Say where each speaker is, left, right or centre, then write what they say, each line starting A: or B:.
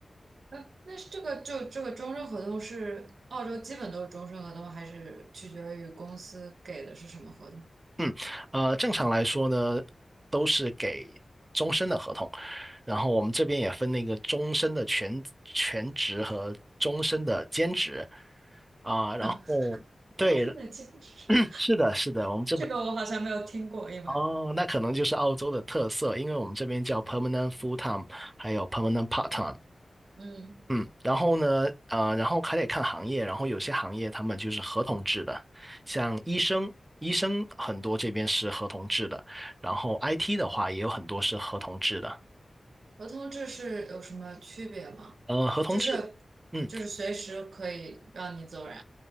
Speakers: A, on the right; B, on the right.
A: 哎，那是这个就这个终身合同是澳洲基本都是终身合同，还是取决于公司给的是什么合同？
B: 嗯，呃，正常来说呢，都是给终身的合同，然后我们这边也分那个终身的全全职和终身的兼职啊，然后对，
A: 啊，<laughs> 终身的兼职，
B: <clears throat> 是的，是的，
A: <laughs>
B: 我们这边
A: 这个我好像没有听过，因为
B: 哦，那可能就是澳洲的特色，因为我们这边叫 permanent full time，还有 permanent part time。
A: 嗯，
B: 嗯，然后呢，呃，然后还得看行业，然后有些行业他们就是合同制的，像医生，医生很多这边是合同制的，然后 IT 的话也有很多是合同制的，
A: 合同制是有什么区别吗？
B: 呃，合同制，
A: 就是就是随时可以让你走人。
B: 嗯。